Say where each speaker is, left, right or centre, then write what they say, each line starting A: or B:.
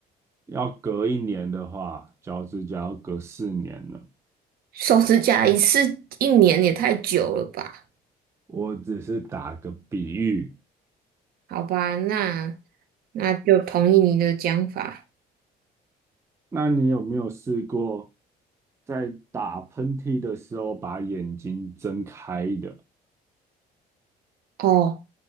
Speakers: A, on the right; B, on the right.
A: 要隔一年的话，脚趾甲要隔四年了。
B: 手指甲一次一年也太久了吧？
A: 我只是打个比喻。
B: 好吧，那那就同意你的讲法。
A: 那你有没有试过在打喷嚏的时候把眼睛睁开的？
B: 哦，